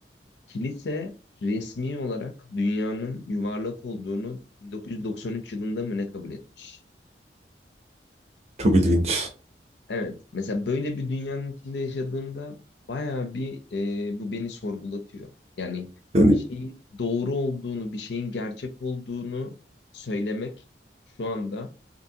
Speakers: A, on the left (about 80°); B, on the right (about 35°).
A: Kilise resmi olarak dünyanın yuvarlak olduğunu 1993 yılında mı ne kabul etmiş?
B: Çok ilginç.
A: Evet. Mesela böyle bir dünyanın içinde yaşadığımda bayağı bir e, bu beni sorgulatıyor. Yani
B: Yani
A: bir şeyin doğru olduğunu, bir şeyin gerçek olduğunu söylemek şu anda